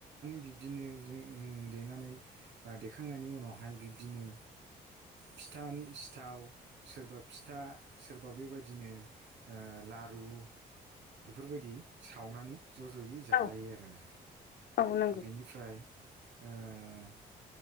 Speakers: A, on the right; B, on the left.
A: बिब्दिनो जोङो देनानै ओ देखांनायनि उनावहाय बिब्दिनो फिथानि सिथाव सोरबा फिथा सोरबा बेबायदिनो ओ ला लारु बेफोरबायदि सावनानै ज' ज'यै जालायो
B: औ
A: आरो ना।
B: औ नंगौ
A: बेनिफ्राय ओ